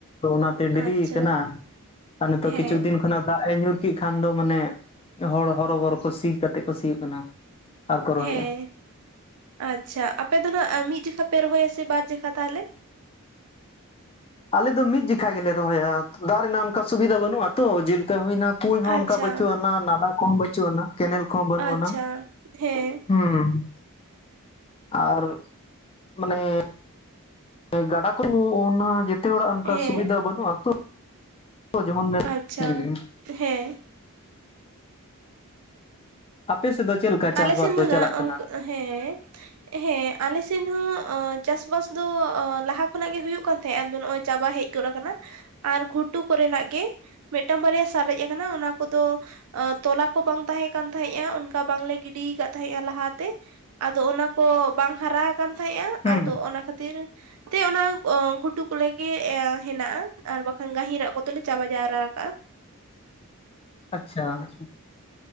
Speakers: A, on the left; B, on the right.
A: ᱚᱱᱟ ᱛᱮ ᱰᱤᱨᱤ
B: ᱟᱪᱪᱷᱟ
A: ᱟᱠᱟᱱᱟ ᱾ ᱟᱨ ᱱᱤᱛᱳᱜ
B: ᱦᱮᱸ
A: ᱠᱤᱪᱷᱩ ᱫᱤᱱ ᱠᱷᱚᱱᱟᱜ ᱫᱟᱜ ᱮ ᱧᱩᱨ ᱠᱤᱜ ᱠᱷᱟᱱ ᱫᱚ ᱢᱟᱱᱮ ᱦᱚᱲ ᱦᱚᱨᱚᱵᱚᱨᱚ ᱠᱚ ᱥᱤ ᱠᱟᱛᱮᱫ ᱠᱚ ᱥᱤᱭᱳᱜ ᱠᱟᱱᱟ ᱟᱨ ᱠᱚ ᱨᱚᱦᱚᱭᱮᱫᱼᱟ
B: ᱦᱮᱸ
A: ᱾
B: ᱟᱪᱪᱷᱟ ᱟᱯᱮ ᱫᱚ ᱱᱟᱦᱟᱜ ᱢᱤᱫ ᱡᱚᱠᱷᱟ ᱯᱮ ᱨᱚᱦᱚᱭᱟ ᱥᱮ ᱵᱟᱨ ᱡᱚᱠᱷᱟ ᱛᱟᱦᱚᱞᱮ?
A: ᱟᱞᱮ ᱫᱚ ᱢᱤᱫ ᱡᱚᱠᱷᱟ ᱜᱮ ᱞᱮ ᱨᱚᱦᱚᱭᱟ ᱫᱟᱜ ᱨᱮᱱᱟᱜ ᱚᱝᱠᱟ ᱥᱩᱵᱤᱫᱷᱟ ᱵᱟᱹᱱᱩᱜᱼᱟ ᱛᱚ ᱡᱤᱞᱠᱟ ᱦᱩᱭᱱᱟ ᱠᱩᱧ ᱦᱚᱸ
B: ᱟᱪᱪᱷᱟ
A: ᱚᱱᱠᱟ ᱵᱟᱹᱪᱩᱜ ᱟᱱᱟᱝ ᱱᱟᱞᱟ ᱠᱚ ᱦᱚᱸ ᱵᱟᱹᱪᱩᱜ ᱟᱱᱟ ᱠᱮᱱᱮᱞ ᱠᱚ ᱦᱚᱸ ᱵᱟᱹᱱᱩᱜ
B: ᱟᱪᱪᱷᱟ
A: ᱟᱱᱟ᱾
B: ᱦᱮᱸ
A: ᱦᱩᱸ, ᱟᱨ ᱢᱟᱱᱮ ᱜᱟᱰᱟ ᱠᱚ ᱚᱱᱟ ᱡᱮᱛᱮ ᱦᱚᱲᱟᱜ ᱚᱱᱠᱟ
B: ᱦᱮᱸ
A: ᱥᱩᱵᱤᱫᱷᱟ ᱵᱟᱹᱱᱩᱜᱼᱟ ᱛᱚ, ᱡᱮᱢᱚᱱ
B: ᱟᱪᱪᱷᱟ
A: ᱦᱩᱸ
B: ᱦᱮᱸ,
A: ᱟᱯᱮ ᱥᱮᱫ ᱫᱚ ᱪᱮᱫ ᱞᱮᱠᱟ ᱪᱟᱥ
B: ᱟᱞᱮ ᱥᱮᱱ
A: ᱵᱟᱥ ᱫᱚ
B: ᱱᱟᱜ
A: ᱪᱟᱞᱟᱜ ᱠᱟᱱᱟ?
B: ᱚᱱᱠᱟ ᱦᱮᱸ, ᱦᱮᱸ ᱟᱞᱮ ᱥᱮᱫ ᱦᱚᱸ ᱪᱟᱥ ᱵᱟᱥ ᱫᱚ ᱟᱞᱮ ᱥᱮᱫ ᱦᱚᱸ ᱪᱟᱥ ᱵᱟᱥ ᱫᱚ ᱞᱟᱦᱟ ᱠᱷᱚᱱᱟᱜ ᱜᱮ ᱦᱩᱭᱩᱜ ᱠᱟᱱ ᱛᱟᱦᱮᱸᱫ ᱟᱫᱚ ᱱᱚᱜ-ᱚᱭ ᱪᱟᱵᱟ ᱦᱮᱡ ᱩᱛᱟᱹᱨ ᱟᱠᱟᱱᱟ ᱟᱨ ᱜᱷᱩᱴᱩ ᱠᱚᱨᱮᱱᱟᱜ ᱜᱮ ᱢᱤᱫ ᱴᱟᱝ ᱵᱟᱨᱭᱟ ᱥᱟᱨᱮᱡ ᱟᱠᱟᱱᱟ ᱚᱱᱟ ᱠᱚ ᱫᱚ ᱛᱚᱞᱟ ᱠᱚ ᱵᱟᱝ ᱛᱟᱦᱮᱸ ᱠᱟᱱ ᱛᱟᱦᱮᱸᱜᱼᱟ ᱚᱝᱠᱟ ᱵᱟᱝ ᱞᱮ ᱜᱤᱰᱤ ᱟᱠᱟᱫ ᱛᱟᱦᱮᱜ-ᱟ ᱞᱟᱦᱟᱛᱮ ᱟᱫᱚ ᱚᱱᱟ ᱠᱚ ᱵᱟᱝ ᱦᱟᱨᱟ ᱟᱠᱟᱱ ᱛᱟᱦᱮᱸᱫᱼᱟ
A: ᱦᱩᱸ
B: ᱟᱫᱚ ᱚᱱᱟ ᱠᱷᱟᱹᱛᱤᱨ ᱛᱤᱨ, ᱛᱮ ᱚᱱᱟ ᱜᱷᱩᱴᱩ ᱠᱚ ᱞᱮ ᱜᱮ ᱦᱮᱱᱟᱜᱼᱟ ᱟᱨ ᱵᱟᱠᱷᱟᱱ ᱜᱟᱹᱦᱤᱨᱟᱜ ᱠᱚ ᱫᱚᱞᱮ ᱪᱟᱵᱟ ᱡᱟᱣᱨᱟ ᱠᱟᱜᱼᱟ ᱾
A: ᱟᱪᱪᱷᱟ ᱟᱪᱷᱟ,